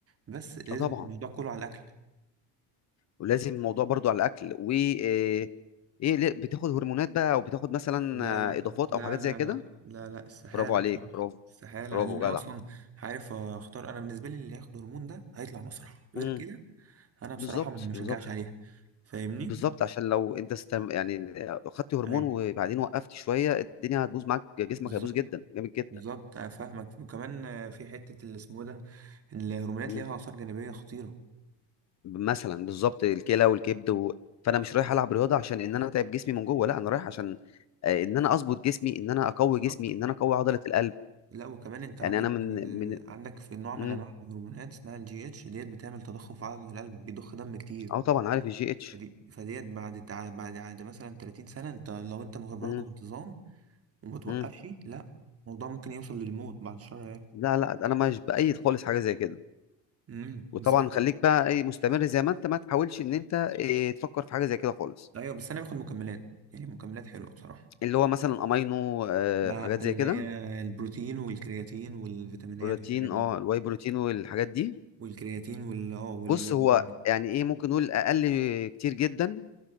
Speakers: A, on the right (about 30°); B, on the left (about 40°).
A: بس لازم
B: اه طبعا
A: الموضوع كله على الاكل
B: ولازم الموضوع برضو على الاكل و ايه إيه، ليه- بتاخد هرمونات بقى او بتاخد مثلا
A: لا لا
B: آه، اضافات
A: لا
B: او حاجات
A: لا
B: زي كده
A: لا لا لا استحالة
B: برافو عليك
A: بصراحة
B: برافو
A: استحاله
B: برافو
A: لان انا
B: جدع
A: اصلا عارف آه، اختار انا بالنسبه لي اللي هياخد هرمون ده هيطلع مسرح غير
B: امم
A: كده انا بصراحه
B: بالظبط
A: ما بشجعش
B: بالظبط
A: عليه فاهمني
B: بالظبط عشان لو انت استم... يعني خدت هرمون
A: ايوه
B: وبعدين وقفت شويه الدنيا هتبوظ معاك جسمك
A: بالظبط
B: هيبوظ جدا جامد جدا
A: بالظبط أنا فاهمك وكمان آه، في حتة اللي اسمه ده الهرمونات
B: مم.
A: ليها آثار جانبية خطيرة
B: مثلا بالظبط الكلى والكبد و... فانا مش رايح العب رياضه عشان ان انا اتعب جسمي من جوه لا انا رايح عشان آه، ان انا اظبط جسمي ان انا اقوي
A: بالظبط
B: جسمي ان انا اقوي عضله القلب
A: لا وكمان انت عندك
B: يعني انا من
A: آه،
B: من
A: عندك في نوع من
B: مم.
A: انواع الهرمونات اسمها الجي اتش ديت بتعمل تضخم في عضلة القلب بيضخ دم كتير
B: اه طبعا عارف الجي اتش
A: فدي فديت بعد تع... بعد عاد مثلا 30 سنة انت لو انت مخ- برضه
B: مم.
A: بانتظام وما توقفش
B: مم.
A: لا الموضوع ممكن يوصل للموت بعد الشر يعني
B: لا لا انا مش بايد خالص حاجه زي كده
A: امم
B: وطبعا
A: بالظبط
B: خليك بقى ايه مستمر زي ما انت ما تحاولش ان انت إيه تفكر في حاجه زي كده خالص
A: ايوه بس انا باخد مكملات يعني مكملات حلوة بصراحة
B: اللي هو مثلا امينو آه
A: لا
B: حاجات
A: اللي
B: زي كده
A: هي البروتين والكرياتين والفيتامينات
B: بروتين
A: والحاجات دي
B: اه الواي بروتين والحاجات دي
A: والكرياتين وال اه والفيتامينات
B: بص هو يعني ايه ممكن نقول اقل كتير جدا